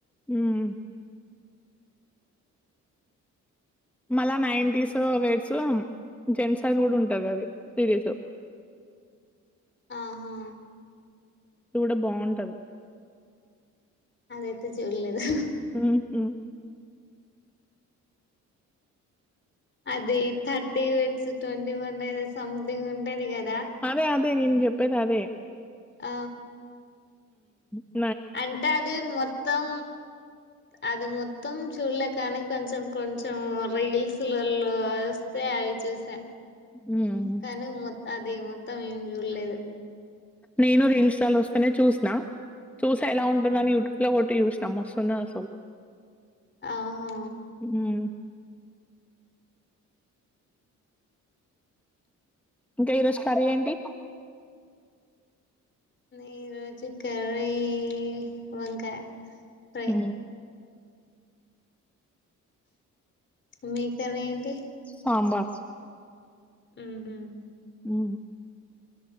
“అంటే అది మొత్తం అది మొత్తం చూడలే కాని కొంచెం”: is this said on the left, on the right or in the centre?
Left